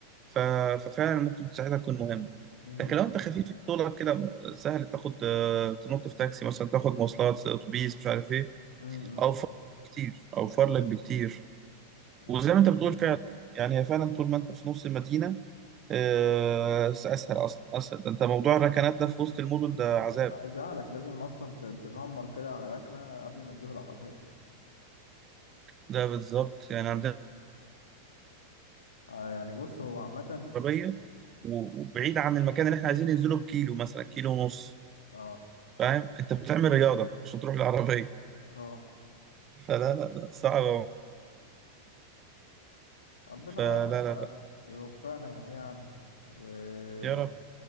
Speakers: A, on the right; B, on the left.
A: ف... ففعلا ممكن ساعتها تكون مهمة
B: مم.
A: لكن لو انت خفيف في طولك كده م- سهل تاخد آه، تنط في تاكسي مثلا تاخد مواصلات آه، اتوبيس مش عارف ايه
B: امم
A: اوفر لك كتير اوفر لك بكتير وزي
B: اوكي
A: ما انت بتقول فعلا يعني هي فعلا طول ما انت في نص المدينة آه، اسهل اصلا اسهل ده انت موضوع الركنات ده في وسط المدن ده
B: أمم،
A: عذاب
B: انا هيزعلك لازم اصلا ت- تنمر كده على ركنه قبل ما تجيب العربيه <laughs>
A: ده بالظبط يعني عندنا
B: آه، يعني بص هو عامه
A: عربية و- وبعيد عن المكان اللي احنا عايزين ننزله بكيلو مثلا كيلو ونص
B: اه
A: فاهم انت بتعمل رياضة عشان تروح العربية
B: اه
A: فلا لا لا صعبة
B: ربنا
A: فلا لا لا
B: يوفقنا جميعا وانا
A: يا رب